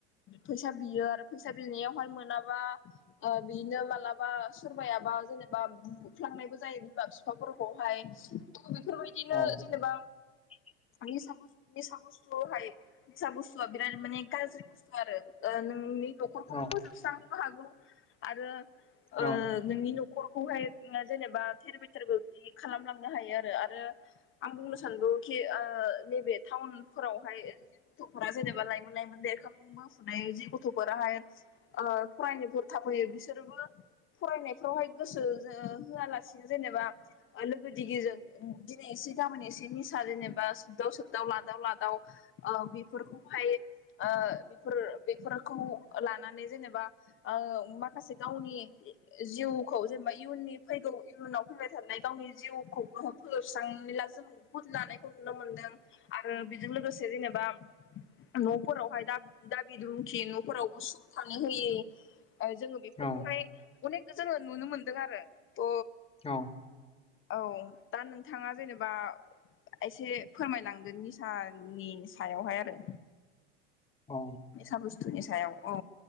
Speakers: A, on the left; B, on the left.
A: फैसा बियो आरो फैसा बिनायावहाय मोनाबा बिनो मालाबा सोरबायायााबा जेनेबा बुफ्लांनायबो जायो बिमा बिफाफोरखौहाय थ बेफोरबायदिनो
B: औ
A: जेनेबा
B: <inaudible>
A: निसा बुस्थु निसा बुस्थुहाय निसा बुस्थुआ बिराद माने गाज्रि बुस्थु आरो ओ नोंनि न'खरखौबो
B: औ
A: फोजोबस्रांनोबो हागौ आरो
B: औ
A: ओ नोंनि न'खर खौहाय जेनेबा थेर बेथेरबो बिदि खालामलांनो हायो आरो आरो आं बुंनो सानदों खि ओ नैबे टाउन फोरावहाय गथ'फोरा जेनेबा लाइमोन लाइमोन देरखां बोफुनाय जि गथ'फोराहाय फरायनोफोर थाफैयो बिसोरबो फरायनायफ्रावहाय गोसो होआलासिनो जेनेबा लोगो दिगिजों दिनै एसे गाबोन एसे निसा थारैनो जेनेबा सोबदाव सोबदाव लादाव लादाव ओ बेफोरखौहाय ओ बेफोर बेफोरखौ लानानै जेनेबा ओ माखासे गावनि जिउखौ जेनेबा इयुननि फैगौ इयुनाव फैबाय थानाय गावनि जिउखौ फोजोबस्रांनोब्ला जों बुहुद लानायखौ नुनो मोनदों। आरो बेजों लोगोसे जेनेबा न'फोराव ओमफाय दा दाबि दुमखि न'फोरावबो सुख थानो होयि ओ जोङो बेफोरखौहाय
B: औ
A: अनेक जोङो नुनो मोनदों आरो। थ'
B: औ
A: औ दा नोंथाङा जेनेबा एसे फोरमायलांदो निसानि सायावहाय आरो।
B: औ
A: निसा बुस्थुनि सायाव औ